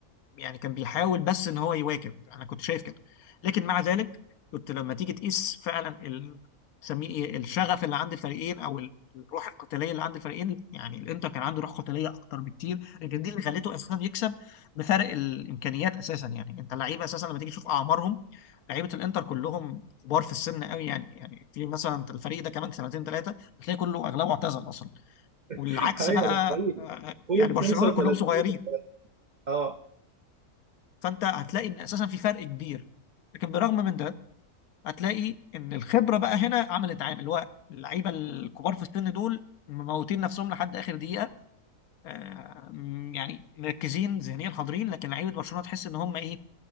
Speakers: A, on the left; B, on the right.
A: يعني كان بيحاول بس ان هو يواكب انا كنت شايف كده لكن مع ذلك كنت لما تيجي تقيس فعلا ال... سميه ايه الشغف اللي عند الفريقين او ال- الروح القتاليه اللي عند الفريقين يعني الانتر كان عنده روح قتاليه اكتر بكتير لكن دي اللي خليته اساسا يكسب بفرق الامكانيات اساسا يعني انت لعيبه اساسا لما تيجي تشوف اعمارهم لعيبه الانتر كلهم كبار في السن قوي يعني يعني في مثلا الفريق ده كمان سنتين ثلاثه هتلاقي كله اغلبه اعتزل اصلا والعكس
B: <laughs> ايوه
A: بقى
B: ده حقيقي
A: آه،
B: فوق
A: يعني
B: ال
A: برشلونه
B: 35
A: كلهم صغيرين
B: اه
A: فانت هتلاقي ان اساسا في فرق كبير لكن بالرغم من ده هتلاقي ان الخبره بقى هنا عملت عامل اللي هو اللعيبه الكبار في السن دول مموتين نفسهم لحد اخر دقيقه آه، م- يعني مركزين ذهنيا حاضرين لكن لعيبه برشلونه تحس ان هم ايه